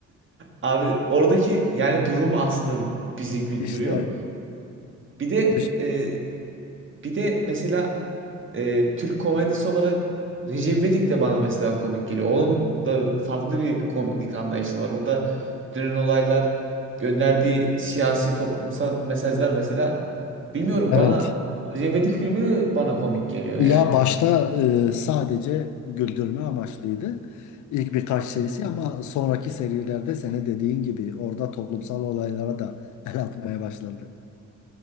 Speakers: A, on the right; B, on the left.
A: Abi oradaki yani durum aslında bizi güldürüyor.
B: İşte
A: Bir de
B: düş-
A: e, bir de mesela e, Türk komedisi olarak Recep İvedik de bana mesela komik geliyor. Onun da farklı bir komiklik anlayışı var. Orada dönen olaylar, gönderdiği siyasi toplumsal mesajlar mesela. Bilmiyorum
B: evet.
A: bana Recep İvedik filmi de bana komik geliyor
B: Ya
A: yani.
B: başta e, sadece güldürme amaçlıydı ilk birkaç serisi
A: <laughs>
B: ama sonraki serilerde senin dediğin gibi orada toplumsal olaylara da <laughs> el atmaya başladı.